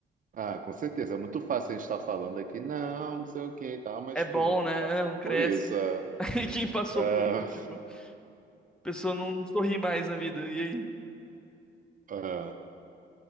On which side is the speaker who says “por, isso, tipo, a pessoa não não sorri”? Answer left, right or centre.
Centre